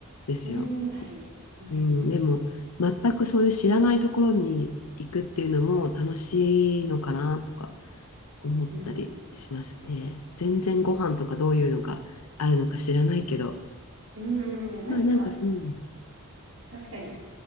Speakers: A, on the left; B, on the right.
A: ですよ。
B: うん、はい。うん、
A: うん、
B: うん。
A: でも全くそういう知らないところに行くっていうのも楽しいのかなとか思ったりしますね。
B: うん、
A: 全然ご飯とかどういうのがあるのか知らないけど。
B: うん、なんか、
A: まあなんか、うん。
B: 確かに、